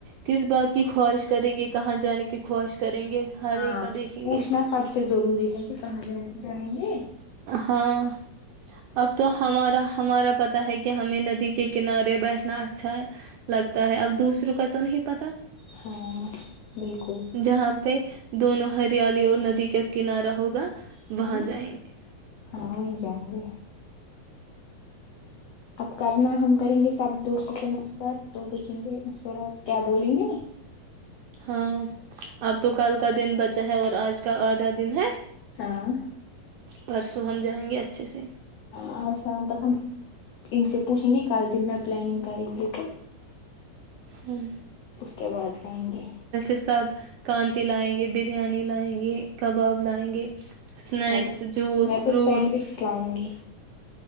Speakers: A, on the right; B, on the left.
A: کس بات کی خواہش کریں گے کہاں جانے کی خواہش کریں گے ہر
B: ہاں
A: ایک کا دیکھیں
B: پوچھنا
A: گے
B: سب سے ضروری کہ کہاں جائ جائیں گے
A: ہاں اب تو ہمارا ہمارا پتا ہے کہ ہمیں ندی کے کنارے بیٹھنا اچھا ہے لگتا ہے اب دوسروں کا تو نہیں پتا
B: ہاں بالکل
A: جہاں پہ دونوں ہریالی اور ندی کا کنارہ ہوگا وہاں
B: ہ
A: جائیں گے
B: ہاں وہی جائیں گے اب کرنا ہم کریں گے سب دوستوں سے مشورہ تو دیکھیں گے مشورہ کیا بولیں گے
A: ہاں آپ تو کل کا دن بتا چاہے اور آج کا آدھا دن ہے
B: ہاں
A: پرسوں ہم جائیں گے اچھے سے
B: اور شام تک ہم ان سے پوچھیں گے کل دن میں پلاننگ کریں گے تو
A: ہوں
B: اس کے بعد جائیں گے
A: سب کانتی لائیں گے بریانی لائیں گے کباب لائیں گے اسنیکس
B: میں تو
A: جوس
B: میں تو
A: فروٹس
B: سینڈوچ لاؤں گی